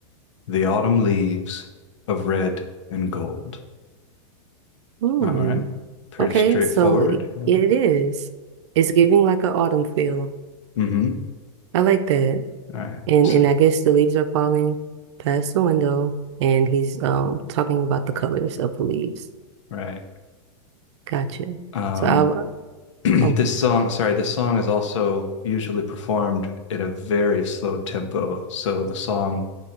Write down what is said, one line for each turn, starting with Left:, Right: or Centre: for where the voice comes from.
Left: The Autumn Leaves of Red and Gold.
Right: Hmm.
Left: All right. Pretty
Right: Okay.
Left: straightforward.
Right: So it,
Left: Yeah.
Right: it is. It's giving like an autumn feel.
Left: Mm-hmm.
Right: I like that.
Left: All right.
Right: And
Left: So,
Right: and I guess the leaves are falling past the window, and he's um talking about the colors of the leaves.
Left: right.
Right: Gotcha.
Left: Um,
Right: So I.
Left: <clears throat> this
Right: Oh
Left: song, sorry, this song is also usually performed in a very slow tempo. So the song,